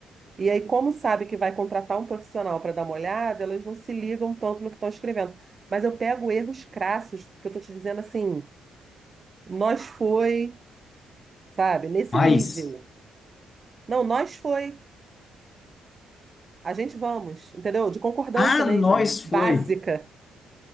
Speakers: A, on the right; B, on the left.
A: E aí, como sabe que vai contratar um profissional para dar uma olhada, elas não se ligam tanto no que estão escrevendo. Mas eu pego erros crassos, que eu estou te dizendo assim, nós foi. sabe? Nesse
B: Mas,
A: nível. Não, nós foi. A gente vamos, entendeu? De concordância
B: ah,
A: mesmo,
B: nós foi.
A: básica.